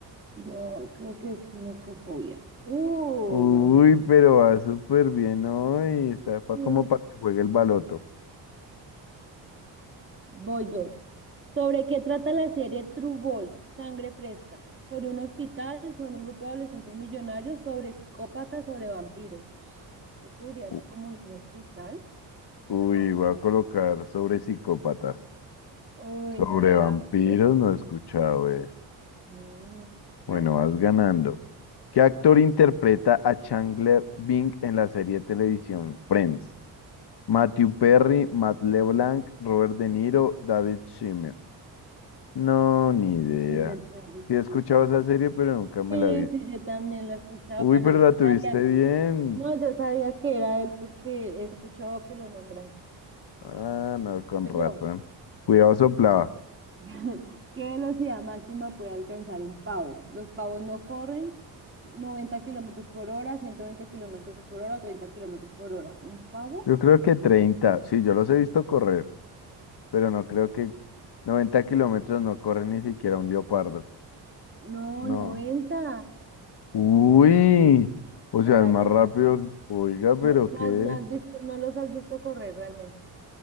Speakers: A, on the right; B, on the left.
A: Yo creo que es ginecofobia. Uh,
B: Uy,
A: me fue
B: pero va súper bien hoy. Está pa-
A: bien.
B: como para que juegue el baloto.
A: voy yo. ¿Sobre qué trata la serie True Blood? Sangre Fresca? Sobre un hospital, sobre un grupo de adolescentes millonarios, sobre psicópatas, sobre vampiros. Yo creería
B: U-
A: que como de un hospital,
B: Uy,
A: suena más
B: voy
A: como...
B: a colocar sobre psicópatas.
A: Uy,
B: Sobre
A: no era
B: vampiros
A: de vampiros.
B: no he escuchado, eh.
A: Mm, vas.
B: Bueno, vas ganando. ¿Qué actor interpreta a Chandler Bing en la serie de televisión Friends? Matthew Perry, Matt LeBlanc, Robert De Niro, David Schwimmer. No, ni idea.
A: Y que es el peor.
B: Sí he escuchado esa serie, pero nunca me
A: Sí,
B: la vi.
A: sí, yo también la escuchaba,
B: Uy,
A: pero
B: pero
A: sí
B: la tuviste
A: sabía.
B: bien.
A: No, yo sabía que era él porque he escuchado que lo nombran.
B: Ah, no, con
A: Pues
B: razón.
A: yo.
B: Cuidado soplaba.
A: <laughs> ¿Qué velocidad máxima puede alcanzar un pavo? Los pavos no corren Noventa kilómetros por hora, 120 kilómetros por hora o 30 kilómetros por hora. ¿Un pavo?
B: Yo creo que 30. Sí, yo los he visto correr, pero no creo que 90 kilómetros no corre ni siquiera un leopardo.
A: No,
B: No.
A: 90.
B: Uy.
A: No,
B: O sea,
A: o sea
B: es más
A: que,
B: rápido.
A: claro,
B: Oiga, pero
A: no, no,
B: qué.
A: has- no has visto, no los has visto correr realmente.